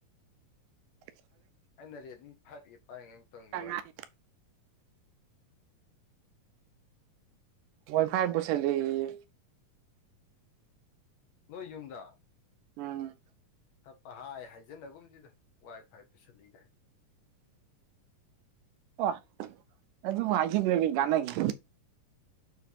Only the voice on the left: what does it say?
ꯑꯩꯅꯔꯦꯅꯤ ꯐꯥꯔ ꯄꯔꯉꯝ ꯇꯣꯡ
ꯋꯥꯔꯤꯦ
ꯅꯣꯏ ꯌꯨꯝꯗꯥ꯫
ꯍꯥ ꯄꯥꯍꯥꯏꯖꯤꯟꯅꯒꯨꯝꯁꯤꯗ ꯋꯥꯏ ꯐꯥꯏ ꯄꯨꯁꯤꯜꯂꯤꯒꯥꯏ꯫